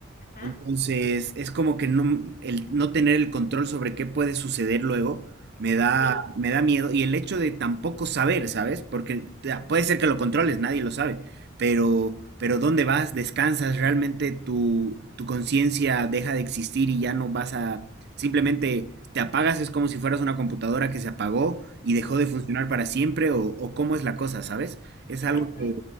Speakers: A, on the left; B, on the right.
A: Ajá.
B: Entonces, es como que no, el no tener el control sobre qué puede suceder luego me da,
A: Sí,
B: me da miedo. Y el hecho de tampoco saber, ¿sabes? Porque te- puede ser que lo controles, nadie lo sabe. Pero, pero ¿dónde vas? ¿Descansas? ¿Realmente tu, tu conciencia deja de existir y ya no vas a... Simplemente te apagas, es como si fueras una computadora que se apagó y dejó de funcionar para siempre o, o cómo es la cosa, ¿sabes? Es
A: exacto.
B: algo que